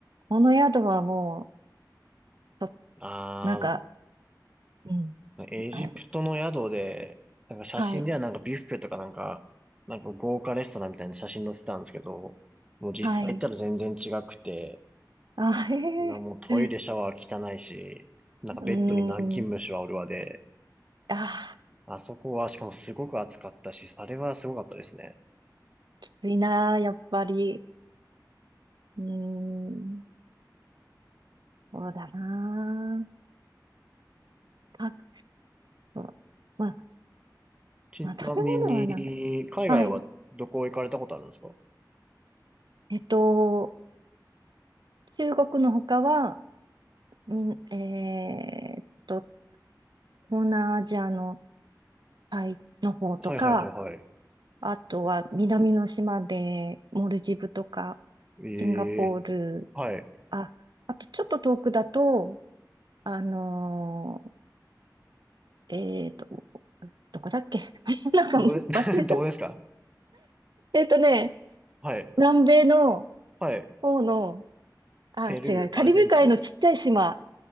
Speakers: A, on the right; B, on the right.
A: この宿はもう、ちょ
B: ああ、
A: なんか、うん、
B: エジプトの宿で、
A: はい、
B: なんか写真ではなんかビュッフェとかなんか、
A: はい、
B: なんか豪華レストランみたいな写真載せてたんですけど、もう実際行ったら全然違くて、
A: はい。あ、へえ、
B: なもうトイレシャワー汚いし、なんかベッドに南京虫はおるわで、
A: うーん、あ
B: あそこはしかもすごく暑かったし、あれはすごかったですね。
A: ー、きついなー、やっぱり。うーん、そうだなー。か、そう、まあ、
B: ちなみに、
A: まあ、食べ物はなんだ。
B: 海外はどこ行かれたことあるんですか
A: はい。えっと、中国の他は、みん、えーっと、東南アジアのタイの方とか、
B: はいはいはいはい。
A: あとは南の島でモルジブとか、
B: ええ
A: シンガポール、
B: はい。
A: あ、あとちょっと遠くだと、あのーえっと、どこだっけ <laughs> なんか忘れちゃっ
B: どこです、<laughs> どこですか
A: た。えっとね、
B: はい。
A: 南米の
B: はい。
A: 方の、あ、
B: ペルー、
A: 違う、カリブ海のちっちゃい島、
B: アルゼンチン。